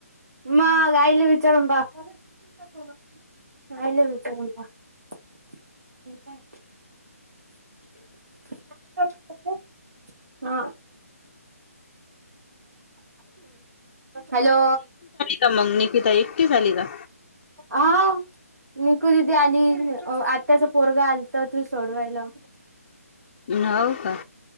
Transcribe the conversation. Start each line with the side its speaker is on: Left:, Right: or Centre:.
Right: मग आईला विचारून पा. <unintelligible> आईला विचारुन सांग <unintelligible> ह हॅलो!
Left: तर मग निकिता एकटीच आली का?
Right: आव निकु दीदी आली आत्याचं पोरगं आलतं ती सोडवायला.
Left: हो का?